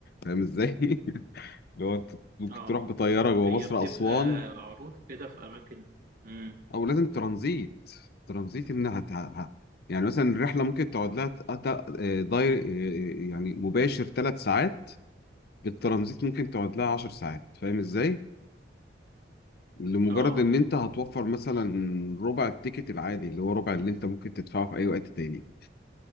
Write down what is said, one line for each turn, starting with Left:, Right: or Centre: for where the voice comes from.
Left: فاهم ازاي؟ <laughs> اللي هو انت ممكن
Right: اه
Left: تروح بطياره جوه
Right: هي
Left: مصر
Right: بتبقى
Left: اسوان
Right: عروض كده في اماكن مم.
Left: او لازم ترانزيت ترانزيت ان هت... ه- يعني مثلا الرحله ممكن تقعد لها ت- ت- آه، داير آه، آه، يعني مباشر ثلاث ساعات بالترانزيت ممكن تقعد لها 10 ساعات فاهم ازاي لمجرد
Right: اه
Left: ان انت هتوفر مثلا ربع التيكت العادي اللي هو ربع اللي انت ممكن تدفعه في اي وقت تاني